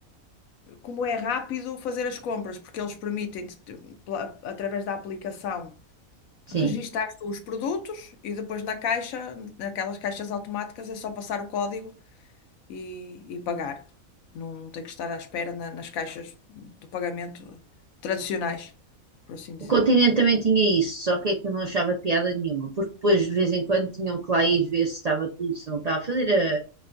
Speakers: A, on the left (about 75°); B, on the right (about 75°).
A: como é rápido fazer as compras, porque eles permitem, através da aplicação.
B: sim.
A: Registaste os produtos e depois na caixa, naquelas caixas automáticas, é só passar o código e, e pagar. Não não tem que estar à espera na- nas caixas de pagamento tradicionais, por assim dizer.
B: O continente também tinha isso, só que é que eu não achava piada nenhuma, porque depois de vez em quando tinham que lá ir ver se estava tudo, se não estava a fazer a,